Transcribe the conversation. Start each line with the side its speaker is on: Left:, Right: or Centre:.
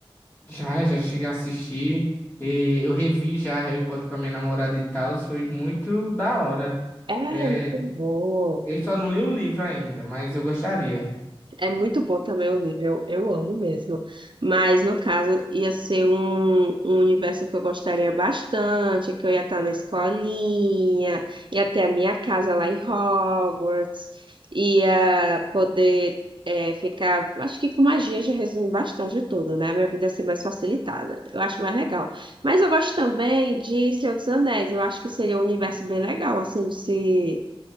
Left: Já, já cheguei a assistir. E eu revi já Harry Potter com a minha namorada e tal. Foi muito da hora.
Right: É,
Left: É,
Right: é muito bom.
Left: eu só não li o livro ainda, mas eu gostaria.
Right: É muito bom também o livro, eu, eu amo mesmo. Mas, no caso, ia ser um, um universo que eu gostaria bastante, que eu ia estar na escolinha, ia ter a minha casa lá em Hogwarts, ia poder é, ficar. Acho que com magia já resume bastante tudo, né? Minha vida ia ser mais facilitada. Eu acho mais legal. Mas eu gosto também de Senhor dos Anéis, eu acho que seria um universo bem legal, assim, de se